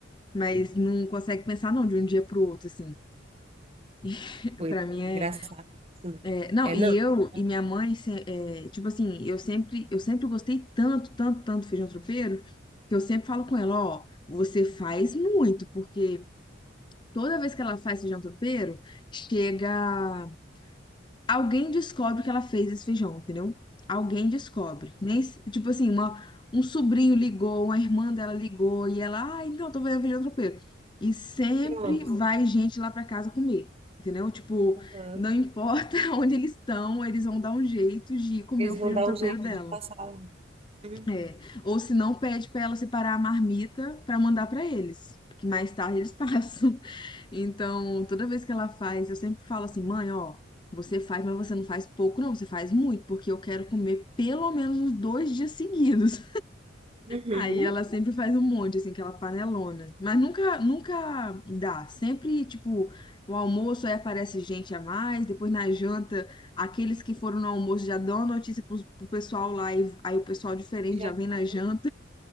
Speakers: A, on the left; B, on the right.
A: mas não consegue pensar não de um dia pro outro assim. <laughs>
B: Coisa
A: Pra mim é,
B: engraçado isso, né?
A: é- não,
B: É,
A: e
B: não.
A: eu
B: tá
A: e minha mãe se- é, tipo assim, eu sempre eu sempre gostei tanto, tanto, tanto do feijão tropeiro, que eu sempre falo com ela, ó, você faz muito, porque toda vez que ela faz feijão tropeiro, chega Alguém descobre que ela fez esse feijão, entendeu? Alguém descobre. Nem, se- tipo assim, uma, um sobrinho ligou, uma irmã dela ligou e ela, ah, então, tô fazendo feijão tropeiro. E sempre
B: Pronto.
A: vai gente lá pra casa comer, entendeu? Tipo,
B: Uhum.
A: não importa <laughs> onde eles estão, eles vão dar um jeito de comer
B: Eles
A: o feijão
B: vão dar
A: tropeiro
B: um jeito
A: dela.
B: de passar lá. Uhum.
A: É, ou se não, pede para ela separar a marmita para mandar para eles, porque mais tarde eles <laughs> passam. Então, toda vez que ela faz, eu sempre falo assim: mãe, ó, você faz, mas você não faz pouco, não, você faz muito, porque eu quero comer pelo menos uns dois dias seguidos.
B: Uhum.
A: Aí ela sempre faz um monte, assim, aquela panelona. Mas nunca, nunca dá. Sempre, tipo, o almoço aí aparece gente a mais, depois na janta, aqueles que foram no almoço já dão a notícia pro, pro pessoal lá, e aí o pessoal diferente
B: E já
A: já vem
B: vão.
A: na janta,